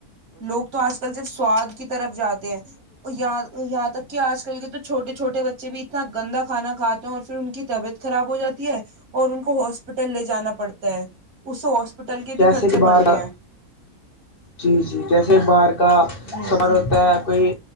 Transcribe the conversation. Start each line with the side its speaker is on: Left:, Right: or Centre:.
Right: لوگ تو اج کل جب سواد کی طرف جاتے ہیں یہاں تک کہ اج۔۔ کل کے تو چھوٹے چھوٹے۔۔۔ بچے بھی اتنا گندا کھانا کھاتے ہیں اور پھر ان کی۔۔۔۔ طبیعت خراب ہو جاتی ہے اور ان کو ہاسپٹل۔۔۔ لے جانا پڑتا ہے اس ہاسپٹل کے بھی
Left: جیسے
Right: خرچے
Left: کہ
Right: بڑھتے
Left: باہر کا
Right: ہیں۔۔۔
Left: جی جی جیسے بار کا
Right: جی
Left: سامان
Right: جی
Left: ہوتا ہے کوئی۔۔۔